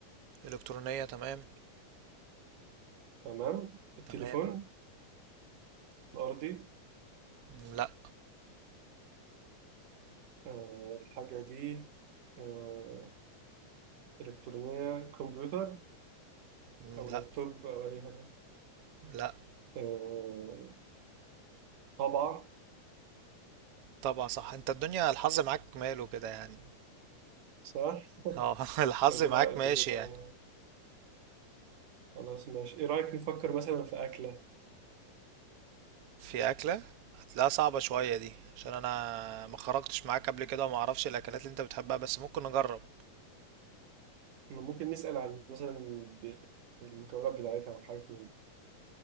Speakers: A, on the right; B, on the right.
A: الكترونية تمام
B: تمام التليفون
A: تمام
B: الأرضي
A: مم، لا
B: آه، الحاجة دي آه، إلكترونية كمبيوتر
A: مم،
B: أو
A: لا
B: لابتوب أو أي حاجة
A: لا
B: آه، طبعة
A: طبعا صح انت الدنيا الحظ معاك ماله كده يعني
B: صح
A: اه <laughs> الحظ
B: بجيبها
A: معاك
B: بجيبها
A: ماشي يعني
B: أنا خلاص ماشي إيه رأيك نفكر مثلا في أكلة
A: في اكلة هتلاقيها صعبة شوية دي عشان انا ما خرجتش معاك قبل كده وما اعرفش الاكلات اللي انت بتحبها بس ممكن نجرب
B: ممكن نسأل عن مثلا ب- المكونات بتاعتها أو حاجة من